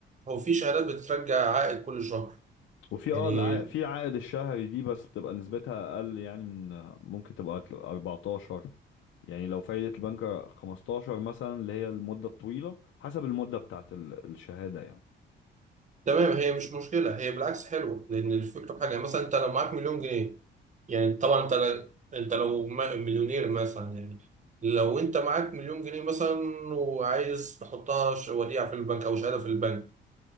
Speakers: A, on the right; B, on the left.
A: هو في شهادات بترجع عائد كل شهر
B: وفي
A: يعني
B: اه الع... في عائد الشهري دي بس بتبقى نسبتها اقل يعني من ممكن تبقى 14 يعني لو فايدة البنك 15 مثلا اللي هي المدة الطويلة حسب المدة بتاعت ال... الشهادة يعني
A: تمام هي مش مشكلة هي بالعكس حلوة لأن الفكرة في حاجة مثلا أنت لو معاك مليون جنيه يعني طبعا انت انت لو ما- مليونير مثلا يعني لو انت معاك مليون جنيه مثلا وعايز تحطها ش- وديعة في البنك او شهادة في البنك